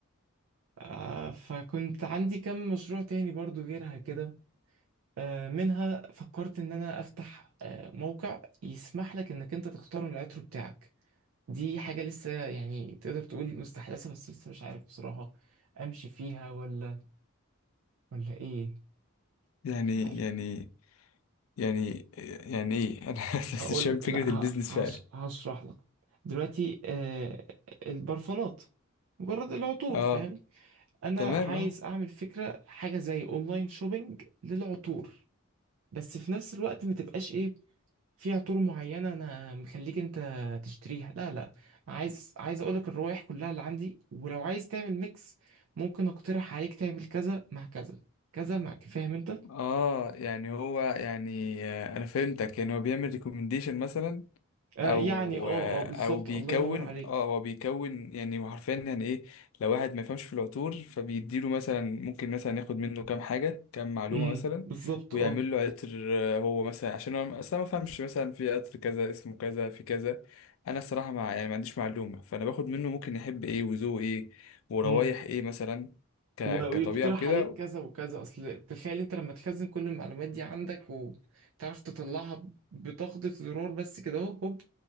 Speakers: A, on the right; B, on the left.
A: آه فكنت عندي كم مشروع تاني برضه غيرها كده آه منها فكرت إن أنا أفتح آه موقع يسمح لك إنك أنت تختار العطر بتاعك دي حاجة لسه يعني تقدر تقول مستحدثة بس لسه مش عارف بصراحة أمشي فيها ولا ولا إيه
B: يعني
A: مش عارف
B: يعني يعني يعني ايه <laughs> انا
A: هقول
B: بس شايف
A: لك
B: فكرة
A: لا ه-
B: البيزنس فعلا
A: هش- هشرح لك دلوقتي آه البرفانات مجرد العطور
B: اه
A: فاهم انا
B: تمام
A: عايز
B: اه
A: اعمل فكره حاجه زي اونلاين شوبينج للعطور بس في نفس الوقت ما تبقاش ايه في عطور معينه انا مخليك انت تشتريها لا لا عايز عايز اقول لك الروائح كلها اللي عندي ولو عايز تعمل ميكس ممكن اقترح عليك تعمل كذا مع كذا كذا مع فاهم انت
B: اه يعني هو يعني آه، انا فهمتك يعني هو بيعمل ريكومنديشن مثلا
A: آه
B: او
A: يعني اه اه بالظبط
B: او بيكون
A: الله ينور عليك
B: اه هو بيكون يعني هو حرفيا يعني ايه لو واحد ما يفهمش في العطور فبيديله مثلا ممكن مثلا ياخد منه كام حاجه كام معلومه
A: امم
B: مثلا
A: بالظبط
B: ويعمل
A: اه
B: له عطر آه، هو مثلا عشان هو اصلا ما فهمش مثلا في عطر كذا اسمه كذا في كذا انا الصراحه مع يعني ما عنديش معلومه فانا باخد منه ممكن يحب ايه وذوقه ايه وروايح
A: امم.
B: ايه مثلا ك
A: و- ويقترح
B: كطبيعه وكده
A: عليك كذا وكذا اصل تخيل انت لما تخزن كل المعلومات دي عندك وتعرف تطلعها بتخبطة زرار بس كده اهو هوب